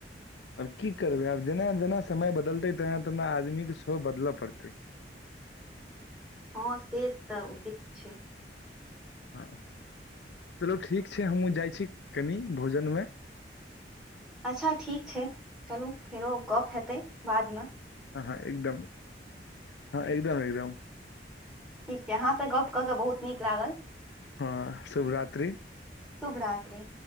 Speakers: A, on the left; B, in the centre.
A: आब की करबै आब जेना जेना समय बदलतै तेना तेना आदमीके सेहो बदलय पड़तै
B: हँ से तऽ उचित छै
A: हँ चलू ठीक छै हमहूँ जाइ छी कनि भोजन में
B: अच्छा ठीक छै चलू फेरो गप्प हेतै बादमें
A: हँ हँ एकदम हँ एकदम एकदम
B: ठीक छै अहाँ सँ गप्प कऽ कऽ बहुत नीक लागल
A: हँ शुभरात्री
B: शुभ रात्रि